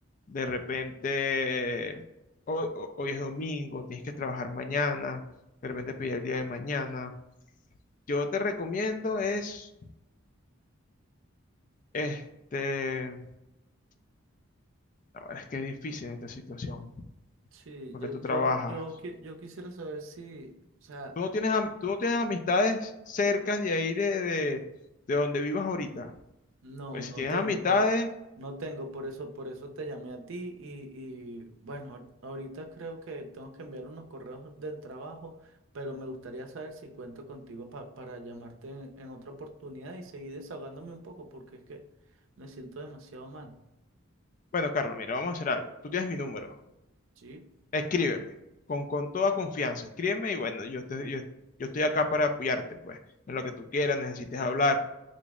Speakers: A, on the left; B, on the right.
A: de repente hoy, ho- hoy es domingo, tienes que trabajar mañana, de repente pedir el día de mañana. Yo te recomiendo es, este, ahora es que es difícil en esta situación,
B: Sí,
A: porque
B: yo,
A: tú
B: yo,
A: trabajas.
B: yo, qui- yo quisiera saber si, o sea,
A: Tú no tienes, am- tú no tienes amistades cercas de ahí de, de, de donde vivas ahorita.
B: No,
A: Pues
B: no
A: si tienes
B: tengo,
A: amistades,
B: por, no tengo, por eso, por eso te llamé a ti y, y, bueno, ahorita creo que tengo que enviar unos correos del trabajo, pero me gustaría saber si cuento contigo pa- para llamarte en, en otra oportunidad y seguir desahogándome un poco porque es que me siento demasiado mal.
A: bueno, Carlos, mira, vamos a hacer algo. Tú tienes mi número.
B: Sí,
A: Escríbeme, con, con toda confianza, escríbeme y bueno, yo, te- yo, yo estoy acá para apoyarte, pues, en lo que tú quieras, necesites hablar.